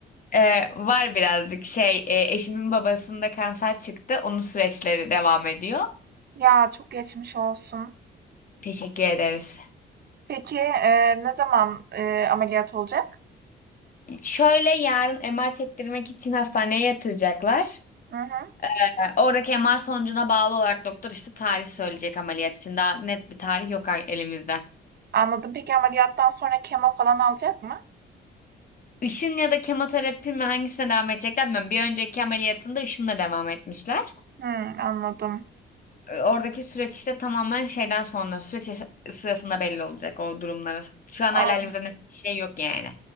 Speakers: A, on the left; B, on the right.
A: Ee, var birazcık şey e, eşimin babasında kanser çıktı. Onun süreçleri devam ediyor.
B: Ya, çok geçmiş olsun.
A: Teşekkür ederiz.
B: Peki, eee, ne zaman, eee, ameliyat olacak?
A: Şöyle yarın MR çektirmek için hastaneye yatıracaklar.
B: Hı hı.
A: Ee, Oradaki MR sonucuna bağlı olarak doktor işte tarih söyleyecek ameliyat için. Daha net bir tarih yok elimizde.
B: Anladım. Peki ameliyattan sonra kemo falan alacak mı?
A: Işın ya da kemoterapi mi hangisine devam edecekler bilmiyorum. Bir önceki ameliyatında ışınla devam etmişler.
B: Hımm, anladım.
A: Ee, Oradaki süreç işte tamamen şeyden sonra süreç es- sırasında belli olacak o durumları. Şu an hala
B: An
A: elimizde net bir şey yok yani.